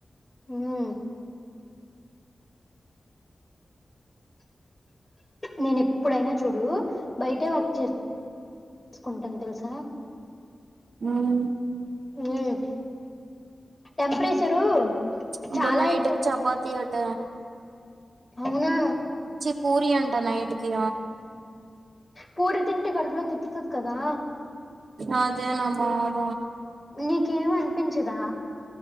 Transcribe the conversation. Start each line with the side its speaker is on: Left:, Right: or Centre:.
Left: హమ్ నేను ఎప్పుడైనా చూడు బయటే వర్క్ చే చేసుకుంటాను తెలుసా
Right: ఉమ్
Left: హమ్ టెంపరేచరు
Right: అబ్బా
Left: చాలా
Right: నైటుకి
Left: ఎక్కువ
Right: చపాాతీ అట
Left: అవునా
Right: చిి పూరి అం అంట నైట్కి
Left: పూరి తింటే కడుపులో తిప్తది కదా
Right: అదే నా బాధ
Left: నీకేమి అనిపించదా